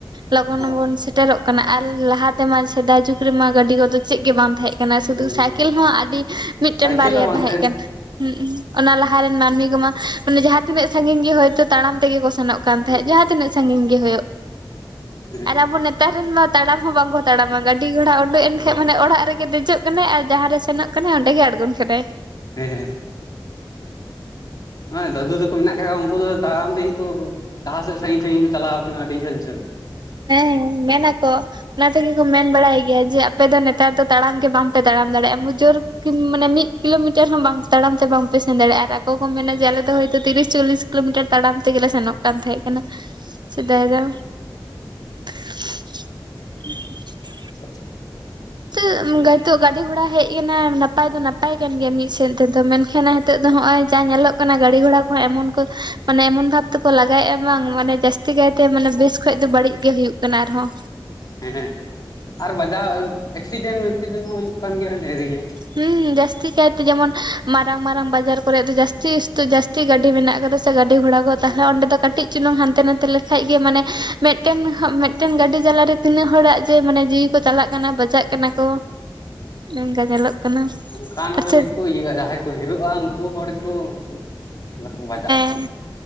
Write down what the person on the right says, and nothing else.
ᱞᱚᱜᱚᱱ
ᱵᱚᱱ ᱥᱮᱴᱮᱨᱚᱜ ᱠᱟᱱᱟ ᱟᱨ ᱞᱟᱦᱟ ᱛᱮᱢᱟ ᱥᱮᱫᱟᱭ ᱡᱩᱜᱽ ᱨᱮᱢᱟ ᱜᱟᱹᱰᱤ ᱜᱚᱫᱚ ᱪᱮᱜ ᱜᱮ ᱵᱟᱝ ᱛᱟᱦᱮᱸᱜ ᱠᱟᱱᱟ ᱥᱩᱫᱷᱩ
ᱥᱟᱭᱠᱮᱞ ᱦᱚᱸ ᱟᱹᱰᱤ ᱢᱤᱫᱴᱮᱱ
ᱵᱟᱨᱭᱟ
ᱛᱟᱦᱮᱸ ᱠᱟᱱᱟ ᱦᱩᱸᱜᱼᱩᱸ᱾ ᱚᱱᱟ ᱞᱟᱦᱟᱨᱮᱱ ᱢᱟᱹᱱᱢᱤ ᱠᱚᱢᱟ ᱢᱟᱱᱮ ᱡᱟᱦᱟᱸ ᱛᱤᱱᱟᱹᱜ ᱥᱟᱺᱜᱤᱧ ᱜᱮ ᱦᱳᱭᱛᱳ ᱛᱟᱲᱟᱢ ᱛᱮᱜᱮ ᱠᱚ ᱥᱮᱱᱚᱜ ᱠᱟᱱ
ᱛᱟᱦᱮᱸᱜ ᱡᱟᱦᱟᱸ ᱛᱤᱱᱟᱹᱜ ᱥᱟᱺᱜᱤᱧ ᱜᱮ ᱦᱳᱭᱳᱜ
ᱟᱨ ᱟᱵᱚ ᱱᱮᱛ ᱛᱟᱨ ᱨᱮᱱ ᱢᱟ ᱛᱟᱲᱟᱢ ᱦᱚᱸ ᱵᱟᱝ ᱠᱚ ᱛᱟᱲᱟᱢᱟ ᱜᱟᱹᱰᱤ ᱜᱷᱚᱲᱟ ᱩᱰᱩᱜ ᱮᱱ ᱠᱷᱟᱡ ᱢᱟᱱᱮ ᱚᱲᱟᱜ ᱨᱮᱜᱮ ᱫᱮᱡᱚᱜ ᱠᱟᱱᱟᱭ ᱟᱨ ᱡᱟᱦᱟᱸ ᱨᱮ ᱥᱮᱱᱚᱜ ᱠᱟᱱᱟᱭ ᱚᱸᱰᱮ ᱜᱮ ᱟᱬᱜᱚᱱ ᱠᱟᱱᱟᱭ᱾
ᱦᱮᱸ ᱢᱮᱱᱟᱠᱚ ᱚᱱᱟ ᱛᱮᱜᱮ ᱠᱚ ᱢᱮᱱ ᱵᱟᱲᱟᱭ ᱜᱮᱭᱟ ᱡᱮ ᱟᱯᱮ ᱫᱚ ᱱᱮᱛᱟᱨ ᱫᱚ ᱛᱟᱲᱟᱢ ᱜᱮ ᱵᱟᱝᱯᱮ ᱛᱟᱲᱟᱢ ᱫᱟᱲᱮᱜᱼᱟ ᱢᱩᱡᱩᱨ ᱠᱤᱢ ᱢᱟᱱᱮ ᱢᱤᱜ ᱠᱤᱞᱳᱢᱤᱴᱟᱨ ᱦᱚᱸ ᱵᱟᱝ ᱛᱟᱲᱟᱢ ᱛᱮ ᱵᱟᱝᱯᱮ ᱥᱮᱱ ᱫᱟᱲᱮᱜᱼᱟ ᱟᱨ ᱠᱚᱠᱚ ᱢᱮᱱᱟ
ᱡᱮ ᱟᱞᱮ ᱫᱚ ᱦᱳᱭ ᱛᱚ ᱛᱤᱨᱤᱥ ᱪᱚᱞᱞᱤᱥ ᱠᱤᱞᱳᱢᱤᱴᱟᱨ ᱛᱟᱲᱟᱢ ᱛᱮᱜᱮᱞᱮ ᱥᱮᱱᱚᱜ ᱠᱟᱱ ᱛᱟᱦᱮᱸᱜ ᱠᱟᱱᱟ ᱥᱮᱫᱟᱭ ᱫᱚ᱾ <inaudible>
<unintelligible> ᱜᱟᱹᱰᱤ ᱜᱷᱚᱲᱟ ᱦᱮᱡ ᱠᱟᱱᱟ ᱱᱟᱯᱟᱭ ᱫᱚ ᱱᱟᱯᱟᱭ ᱠᱟᱱ ᱜᱮᱭᱟ ᱢᱤᱜ ᱥᱮᱫ ᱛᱮᱫᱚ ᱢᱮᱱ ᱠᱷᱟᱱ ᱛᱚᱜ ᱫᱚ ᱦᱚᱸᱜᱼᱚᱭ ᱡᱟ ᱧᱮᱞᱚᱜ ᱠᱟᱱᱟ ᱜᱟᱹᱲᱤ ᱜᱷᱚᱲᱟ ᱠᱚᱦᱚᱸ ᱮᱢᱚᱱ ᱠᱚ ᱢᱟᱱᱮ ᱮᱢᱚᱱ ᱵᱷᱟᱵᱽ ᱛᱮᱠᱚ ᱞᱟᱜᱟᱭᱮᱜᱼᱟ ᱵᱟᱝ ᱢᱟᱱᱮ ᱡᱟᱹᱥ ᱛᱤ ᱠᱟᱭᱛᱮ ᱢᱟᱱᱮ ᱵᱮᱥ ᱠᱷᱚᱡ ᱫᱚ ᱵᱟᱹᱲᱤᱡ ᱜᱮ ᱦᱩᱭᱩᱜ ᱠᱟᱱᱟ ᱟᱨᱦᱚᱸ᱾
ᱦᱩᱸ ᱡᱟᱹᱥᱛᱤ ᱠᱟᱭᱛᱮ ᱡᱮᱢᱚᱱ ᱢᱟᱨᱟᱝ ᱢᱟᱨᱟᱝ ᱵᱟᱡᱟᱨ ᱠᱚᱨᱮ ᱫᱚ ᱡᱟᱹᱥᱛᱤ ᱤᱥᱛᱚ ᱡᱟᱥ ᱛᱤ ᱜᱟᱹᱰᱤ ᱢᱮᱱᱟᱜ ᱠᱟᱫᱟ ᱥᱮ ᱜᱟᱹᱰᱤ ᱜᱷᱚᱬᱟ ᱠᱚ ᱛᱟᱦᱞᱮ
ᱚᱸᱰᱮ ᱫᱚ ᱠᱟᱹᱴᱤᱡᱽ ᱪᱩᱞᱩᱝ ᱦᱟᱱᱛᱮ ᱱᱟᱛᱮ ᱞᱮᱠᱷᱟᱡᱽ ᱜᱮ ᱢᱟᱱᱮ ᱢᱮᱫᱴᱮᱱ, ᱢᱮᱫᱴᱮᱱ ᱜᱟᱹᱰᱤ ᱡᱟᱞᱟ ᱨᱮ ᱛᱤᱱᱟᱹᱜ ᱦᱚᱲᱟᱜ ᱡᱮ ᱢᱟᱱᱮ ᱡᱤᱣᱤ ᱠᱚ ᱪᱟᱞᱟᱜ ᱠᱟᱱᱟ ᱵᱟᱡᱟᱜ ᱠᱟᱱᱟ ᱠᱚ, ᱚᱱᱠᱟ ᱧᱮᱞᱚᱜ ᱠᱟᱱᱟ
ᱟᱪᱪᱷᱟ
ᱮᱸ,